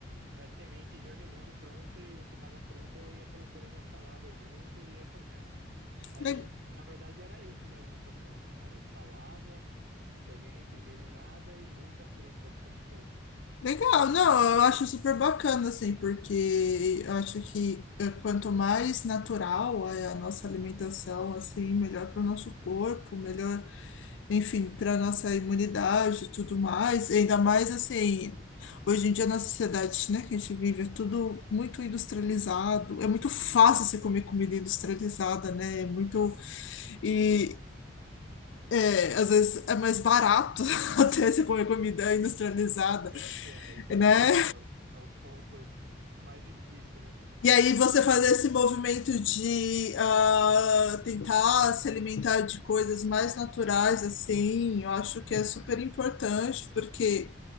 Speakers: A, on the right (about 60°); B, on the left (about 70°).
A: é, semente germinando pronto. E o que estava pronto eu ia colocando na salada junto e ia comendo. Aí,
B: Le-
A: na verdade, era isso minha alimentação, né? Era salada, semente germinada e muita fruta o <laughs> tempo todo.
B: Legal, não, eu acho super bacana, assim, porque eu acho que eh, quanto mais natural é a nossa alimentação, assim, melhor para o nosso corpo, melhor, enfim, para a nossa imunidade e tudo mais. Ainda mais, assim, hoje em dia na sociedade, né, que a gente vive, é tudo muito industrializado, é muito
A: Sim,
B: fácil você comer comida industrializada, né,
A: sim.
B: é muito, e... é, às vezes é mais barato <laughs> até você comer comida
A: <laughs>
B: industrializada
A: Pior que é, então.
B: né?
A: Esse que é o, é o ponto mais difícil, né?
B: E aí você fazer esse movimento de ah, tentar se alimentar de coisas mais naturais, assim, eu acho que é super importante, porque